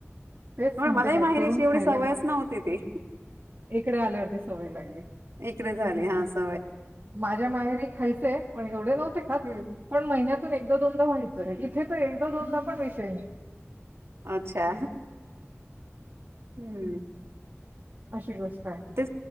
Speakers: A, on the right; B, on the right.
A: तेच
B: मण
A: सांगते
B: मलाही
A: काय
B: माहेरी
A: करून
B: अशी एवढी
A: खायला
B: सवयच
A: घाल
B: नव्हती ती.
A: इकडे आल्यावर ती सवय लागली.
B: इकडे झाली हां स
A: माझ्या माहेरी खायचे पण एवढे नव्हते खात
B: हम्म
A: पण महिन्यातून एकदा दोनदा व्ह व्हायच इथेत एकदा दोनदा पण विषय नइ.
B: अच्छा हं.
A: अशी गोष्ट आहे
B: टे